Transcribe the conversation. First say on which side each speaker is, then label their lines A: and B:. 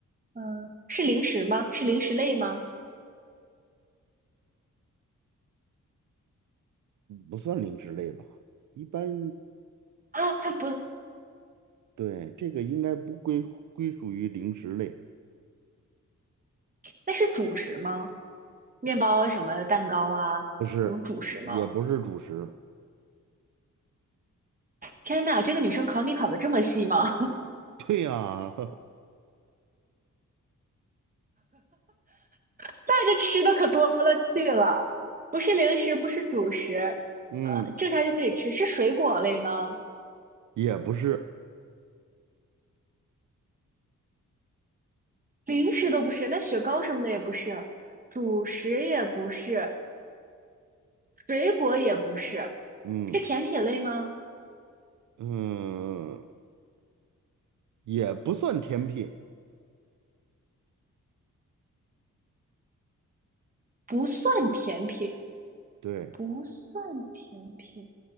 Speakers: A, on the right; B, on the right.
A: 嗯、是零食吗？是零食类吗？
B: 不算零食类吧？一般
A: 啊，还不，
B: 对这个应该不归归属于零食类，
A: 那是主食吗？面包啊，什么蛋糕啊，
B: 不是，
A: 那种主食吗？
B: 也不是主食。
A: 天呐，这个女生考你考的这么细吗？
B: <laughs> 对呀、
A: <laughs> 带着吃的可多了去了，不是零食，不是主食，
B: <laughs> 嗯，
A: 呃，正常就可以吃，是水果类吗？
B: 也不是，
A: 零食都不是，那雪糕什么的也不是，主食也不是，水果也不是，
B: 嗯
A: 是甜品类吗？
B: 嗯，也不算甜品，
A: 不算甜品，
B: 对，
A: 不算甜品，